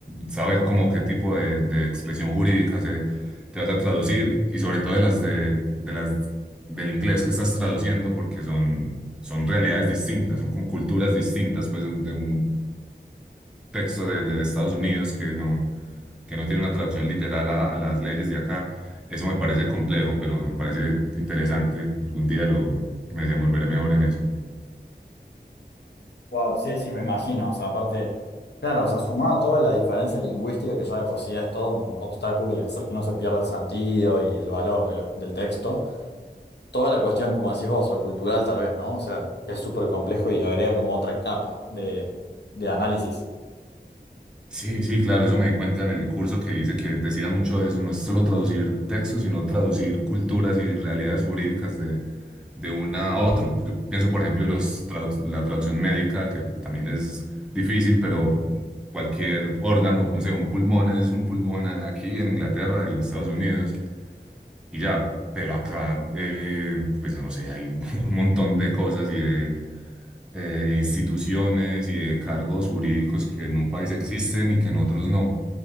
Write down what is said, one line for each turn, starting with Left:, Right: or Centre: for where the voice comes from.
Centre: saber como qué tipo de, de expresión jurídica se, te vas a traducir y sobre todo de las de, de las del inglés que estás traduciendo porque son, son realidades distintas, son como culturas distintas pues de un, de un texto de, de Estados Unidos que no, que no tiene una traducción literal a, a las leyes de acá. Eso me parece complejo, pero me parece interesante. Algún día lo, me desenvolveré mejor en eso.
Left: Wow, sí, sí, me imagino. O sea, aparte, claro, o sea, sumado a toda la diferencia lingüística, que ya de por sí es todo un obstáculo y hacer que no se pierda el sentido y el valor de lo- del texto, toda la cuestión, como decís vos, lo cultural tal vez, ¿no? O sea, que es súper complejo y agrega como otra capa de, de análisis.
Centre: Sí, sí, claro, eso me di cuenta en el curso que dice que decían mucho de eso, no es solo traducir textos, sino traducir culturas y realidades jurídicas de, de una a otro. Yo pienso, por ejemplo, en los traduc- la traducción médica, que también es difícil, pero cualquier órgano, no sé, un pulmón es un pulmón aquí en Inglaterra y en Estados Unidos, y ya, pero acá, eh, pues no sé, hay <laughs> un montón de cosas y de eh, instituciones y de cargos jurídicos que en un país existen y que en otros no.